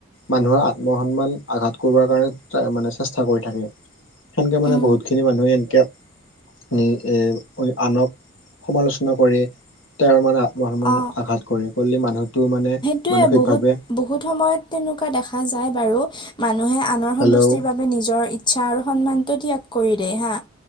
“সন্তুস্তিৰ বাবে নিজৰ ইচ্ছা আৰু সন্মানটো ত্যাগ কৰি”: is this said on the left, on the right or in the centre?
Left